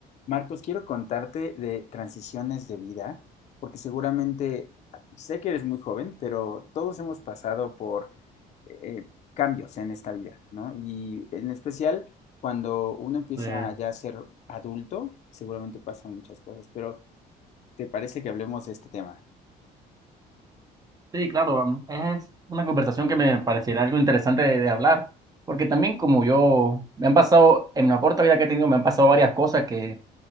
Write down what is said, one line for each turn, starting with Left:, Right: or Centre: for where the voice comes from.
Left: Marcos, quiero contarte de transiciones de vida, porque seguramente ah, sé que eres muy joven, pero todos hemos pasado por eh, cambios en esta vida, ¿no? Y en especial cuando uno empieza
Right: Eh,
Left: ya a ser adulto, seguramente pasan muchas cosas, pero ¿te parece que hablemos de este tema?
Right: sí, claro, es una conversación que me pareciera algo interesante de, de hablar, porque
Left: Y
Right: también como yo, me han pasado, en la corta vida que he tenido, me han pasado varias cosas que